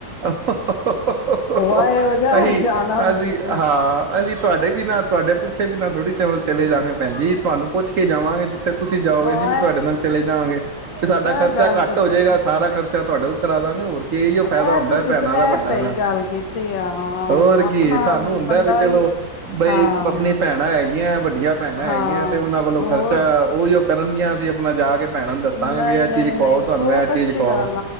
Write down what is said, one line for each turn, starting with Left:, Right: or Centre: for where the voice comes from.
Right: ਹ ਹ ਹ ਹ ਹ
Left: ਆਏ ਹੋ ਜਾ
Right: ਅਸੀ,
Left: ਜਾਣਾ ਵ
Right: ਅਸੀ
Left: ਤੁਸੀਂ
Right: ਹਾਂ ਅਸੀ ਤੁਹਾਡੇ ਵੀ ਨਾ ਤੁਹਾਡੇ <unintelligible> ਪੁੱਛੇ ਬਿਨਾਂ ਥੋੜ੍ਹੀ ਚ ਚਲੇ ਜਾਵਾਂਗੇ ਭੈਣਜੀ, ਤੁਹਾਨੂੰ ਪੁੱਛ ਕੇ ਜਾਵਾਂਗੇ ਜਿੱਥੇ ਤੁਸੀਂ ਜਾਓਗੇ
Left: ਹਾਂ
Right: ਅਸੀ ਵੀ ਤੁਹਾਡੇ ਨਾਲ ਚਲੇ ਜਾਵਾਂਗੇ। ਵੀ ਸਾਡਾ
Left: ਇਹ
Right: ਖਰਚਾ
Left: ਗੱਲ
Right: ਘੱਟ
Left: ਤਾਂ
Right: ਹੋ
Left: ਸਹੀ
Right: ਜਾਏਗਾ, ਸਾਰਾ ਖਰਚਾ ਤੁਹਾਡੇ ਕੋਲ ਕਰਾ ਦਵਾਂਗੇ, ਹੋਰ ਕੀ ਫਾਇਦਾ
Left: ਇਹ
Right: ਹੁੰਦਾ
Left: ਤੁਸੀਂ
Right: ਭੈਣਾਂ
Left: ਇਹ
Right: ਦਾ ਵੱਡਾ
Left: ਸਹੀ
Right: ਦਾ
Left: ਗੱਲ ਕੀਤੀ ਆ ਹਾਂ
Right: ਹੋਰ
Left: ਆਪਣਾ
Right: ਕੀ ਸਾਨੂੰ ਹੁੰਦਾ
Left: ਬੰਦਾ
Right: ਵੀ ਚਲੋ
Left: ਹੀ
Right: ਬਈ
Left: ਹਾਂ
Right: ਆਪਣੀ ਭੈਣਾਂ ਹੈਗੀਆਂ ਵੱਡੀਆਂ ਭੈਣਾਂ ਹੈਗੀਆਂ
Left: ਹਾਂ
Right: ਤੇ ਉਹਨਾਂ ਕੋਲੋਂ
Left: ਹੋਰ
Right: ਖਰਚਾ ਉਹੀ ਉਹ ਕਰਨਗੀਆਂ ਅਸੀਂ ਅਪਣਾ ਜਾ ਕੇ ਭੈਣਾਂ ਨੂੰ ਦੱਸਾਂਗੇ
Left: ਨਹੀਂ
Right: ਵੀ ਇਹ
Left: ਨਹੀਂ
Right: ਚੀਜ਼
Left: ਨਹੀਂ
Right: ਖਵਾਓ ਸਾਨੂੰ
Left: ਬਹੁਤ
Right: ਇਹ ਚੀਜ਼
Left: ਅੱਛੀ
Right: ਖਵਾਓ
Left: ਗੱਲ